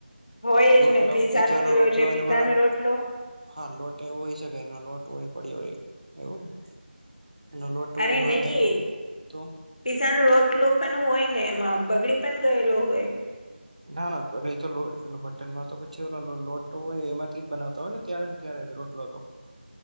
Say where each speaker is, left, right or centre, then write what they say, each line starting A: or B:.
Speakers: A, on the left; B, on the right.
A: હોય
B: રોટલો
A: જ ને પીઝા
B: પીજાનોો
A: નો ઓલો
B: રોટલો
A: જે
B: એને
A: પીઝા
B: બનાવ
A: નો રોટલો
B: હા લોટ એવું હોય શકે એ લોટ હોય પડ્યો ર એવું ને એનો લોટ
A: અરે
B: હોય બાંધેલો
A: નહી
B: તો
A: પીજા ન રોટલો પણ હોય ને એમાં બગડી પણ ગયેલો હોય
B: ના ના એ તો હોટેલમાં તો પછી લોટો હોય એમાંથી જ બનાવતા હોય ને ત્યારે અત્યારે જ રોટલો તો